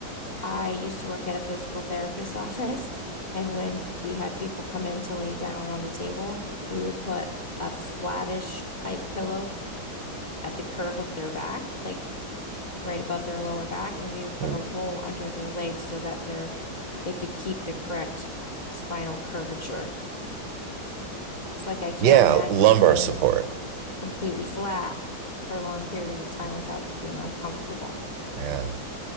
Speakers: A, on the left (about 80°); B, on the right (about 65°).
A: I used to work at a physical therapist's <laughs> office, and when we had people come in to lay down on the table, we would put a flattish type pillow at the curve of their back, like right above their lower back, and we would put
B: Mm-mm.
A: a roll under their legs so that they're they could keep the correct spinal curvature. So like I can't
B: Yeah,
A: imagine
B: lumbar
A: laying
B: support.
A: completely flat for a long period of time without being uncomfortable.
B: Yeah.